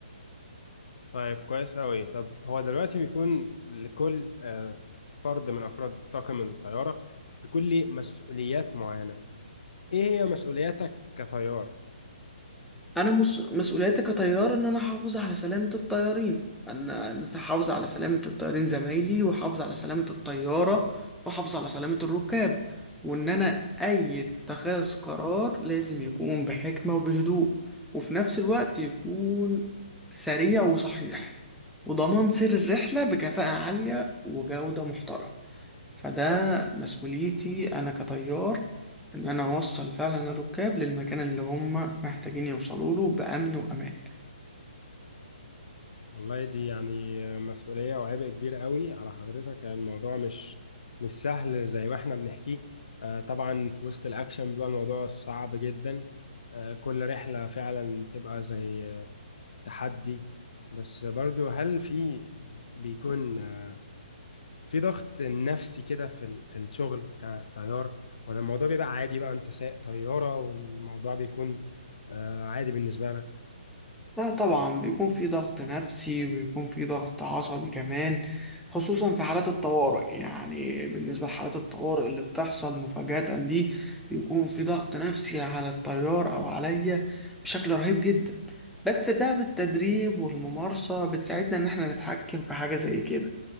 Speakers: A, on the left; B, in the centre.
A: طيب كويس أوي طب هو دلوقتي بيكون لكل آه، فرد من أفراد طاقم الطيارة بيكون ليه مسؤوليات معينة ايه هي مسؤولياتك كطيار
B: انا مس... مسؤوليتي كطيار ان انا احافظ على سلامة الطيارين ان انا احافظ على سلامة الطيارين زمايلي واحافظ على سلامة الطيارة واحافظ على سلامة الركاب وان انا اي اتخاذ قرار لازم يكون بحكمة وبهدوء وفي نفس الوقت يكون سريع وصحيح وضمان سير الرحلة بكفاءة عالية وجودة محترمة فده مسؤوليتي انا كطيار ان انا اوصل فعلا الركاب للمكان اللي هم محتاجين يوصلوا له بامن وامان
A: والله دي يعني مسؤولية وعبء كبير قوي على حضرتك يعني الموضوع مش مش سهل زي ما احنا بنحكيه آه، طبعا في وسط الاكشن بيبقى الموضوع صعب جدا آه، كل رحلة فعلا بتبقى زي آه، تحدي بس برضو هل في بيكون آه، في ضغط نفسي كده في ال- في الشغل كطيار ولا الموضوع بيبقى عادي بقى انت سايق طيارة والموضوع بيكون آه، عادي بالنسبة لك
B: لا طبعا بيكون في ضغط نفسي وبيكون في ضغط عصبي كمان خصوصا في حالات الطوارئ يعني بالنسبة لحالات الطوارئ اللي بتحصل مفاجأة دي بيكون في ضغط نفسي على الطيار او عليا بشكل رهيب جدا بس بقى بالتدريب والممارسة بتساعدنا ان احنا نتحكم في حاجة زي كده